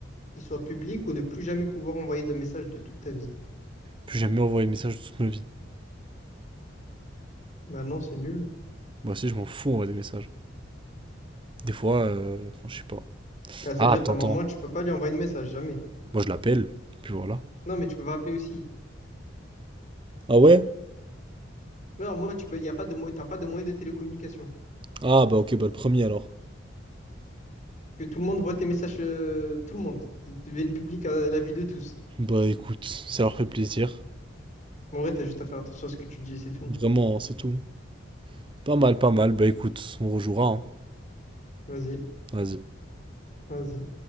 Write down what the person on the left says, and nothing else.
ils soient publics ou ne plus jamais pouvoir envoyer de messages de toute ta vie?
Bah non, c'est nul.
Bah, ça
veut dire ta
maman, tu peux pas lui envoyer de message, jamais.
Non, mais tu peux pas appeler aussi.
Non, moi, tu peux, y a pas de, mo- t'as pas de moyen de télécommunication.
Que tout le monde voit tes messages, euh, tout le monde. Ils deviennent publics à la vue de tous.
En vrai, t'as juste à faire attention à ce que tu dis, c'est tout.
Vas-y,
vas-y.